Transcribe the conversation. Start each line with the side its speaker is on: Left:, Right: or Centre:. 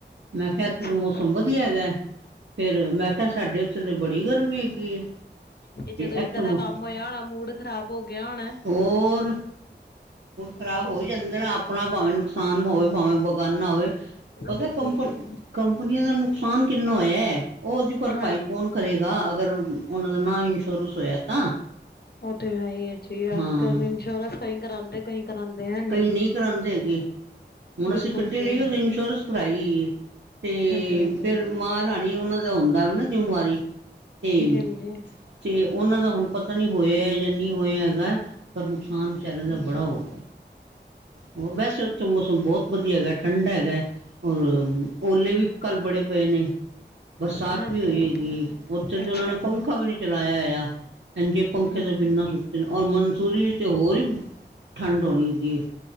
Right: ਮੈਂ ਕਿਹਾ ਇੱਥੇ
Left: ਅੱਛਾ
Right: ਤੇ ਮੌਸਮ
Left: ਜੀ
Right: ਵਧੀਆ ਹੈਗਾ। ਫਿਰ ਮੈਂ ਕਿਹਾ ਸਾਡੇ ਉੱਥੇ ਤੇ ਬੜੀ ਗਰਮੀ ਹੈਗੀ।
Left: ਤੇ ਜਦੋਂ ਇਦਾਂ
Right: ਇੱਥੇ ਮੌ
Left: ਦਾ ਕੰਮ ਹੋਇਆ ਹੋਣਾ ਮੂਡ ਖ਼ਰਾਬ ਹੋ ਗਿਆ ਹੋਣਾ।
Right: ਹੋਰ ਖ਼ਰਾਬ ਹੋਈ ਜਾਂਦੇ ਨੇ ਆਪਣਾ ਭਾਵੇਂ ਨੁਕਸਾਨ ਹੋਵੇ ਭਾਵੇਂ ਬਗਾਨਾ ਹੋਵੇ। ਪਤਾ
Left: ਬਿਲਕੁਲ
Right: ਕੰਪ
Left: ਜੀ
Right: ਕੰਪਨੀਆਂ ਦਾ ਨੁਕਸਾਨ ਕਿੰਨਾ ਹੋਇਆ ਉਹ ਉਹਦੀ
Left: ਹਾਂਜੀ
Right: ਭਰਪਾਈ ਫੋਨ। ਕਰੇਗਾ ਅਗਰ ਉਹਨਾਂ ਦਾ ਨਾ ਇੰਸ਼ੋਰੈਂਸ ਹੋਇਆ ਤਾਂ
Left: ਉਹ ਤੇ ਹੈ ਹੀ ਹੈ ਜੀ ਅੱਜ
Right: ਹਾਂ
Left: ਕੱਲ ਇੰਸ਼ੋਰੈਂਸ ਕਈ ਕਰਾਉਂਦੇ ਕਈ ਕਰਾਉਂਦੇ ਹੈ। ਨੀ
Right: ਕਈ ਨਹੀਂ ਕਰਾਉਂਦੇ ਹੈਗੇ। ਹੁਣ
Left: ਬਿਲਕੁਲ
Right: ਅਸੀਂ ਗੱਡੀ
Left: ਜੀ
Right: ਲਈ ਉਹਦੀ ਇੰਸ਼ੋਰੈਂਸ ਕਰਾਈਏ ਤੇ
Left: ਹਾਂਜੀ ਹਾਂਜੀ ਹਾਂਜੀ
Right: ਫਿਰ ਮਾਲ ਹਾਣੀ ਉਹਨਾ ਦਾ ਹੁੰਦਾ ਨਾ ਜਿੰਮੇਵਾਰੀ ਤੇ
Left: ਹਾਂਜੀ
Right: ਤੇ ਉਹਨਾਂ ਦਾ ਹੁਣ ਪਤਾ ਨਹੀਂ ਹੋਇਆ ਜਾਂ ਨਹੀਂ ਹੋਇਆ ਹੈਗਾ ਪਰ ਨੁਕਸਾਨ ਵਿਚਾਰਿਆਂ ਦਾ ਬੜਾ ਹੋ। ਹੋਰ ਵੈਸੇ ਉੱਥੇ ਮੌਸਮ ਬਹੁਤ ਵਧੀਆ ਹੈਗਾ ਠੰਡਾ ਹੈਗਾ ਹੈ। ਔਰ ਓਲੇ ਵੀ ਕੱਲ ਬੜੇ ਪਏ ਨੇ ਬਰਸਾਤ
Left: ਹਾਂਜੀ
Right: ਵੀ ਹੋਈ ਹੈਗੀ ਉੱਥੇ ਤੇ
Left: ਅੱਛਾ
Right: ਉਹਨਾਂ ਨੇ
Left: ਜੀ
Right: ਪੰਖਾ ਵੀ ਨਹੀਂ ਚਲਾਇਆ ਆਇਆ ਹਾਂਜੀ ਪੰਖੇ
Left: ਹਮ
Right: ਦੇ ਬਿਨਾਂ ਸੁੱਤੇ ਨੇ ਔਰ ਮਨਸੂਰੀ ਤੇ ਹੋਰ ਠੰਡ ਹੋਣੀ ਜੀ ਏ